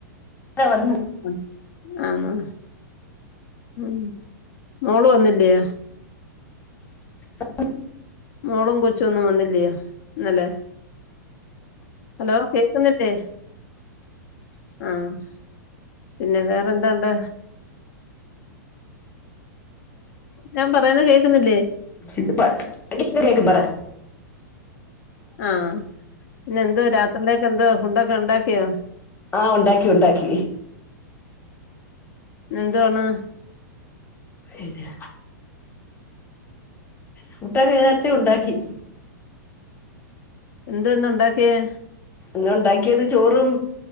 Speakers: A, on the left; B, on the left.
A: <unintelligible> വന്ന്‌
B: ആ ആന്നോ മം മോള് വന്നില്ലേ
A: <unintelligible>
B: മോളും കൊച്ചുഒന്നും വന്നില്ലയോ ഇന്നലെ ഹലോ കേൾക്കുന്നില്ലേ ആഹ് പിന്നെ വേറെന്താണ്ട് ഞാൻ പറയുന്ന കേൾക്കുന്നില്ലേ
A: ഇത് പ <inaudible>
B: ആഹ് പിന്നെ എന്തോ രാത്രിയിലക്ക എന്തോ ഫുഡൊക്കെ ഉണ്ടാക്കിയോ
A: ആഹ് ഉണ്ടാക്കി ഉണ്ടാക്കി
B: എന്താണ്
A: പിന്നെ ഫുടൊക്കെ നേരത്ത ഉണ്ടാക്കി
B: എന്തന്നുണ്ടാക്കിയെ
A: എന്ത‌ ഉണ്ടാക്കിയത് ചോറും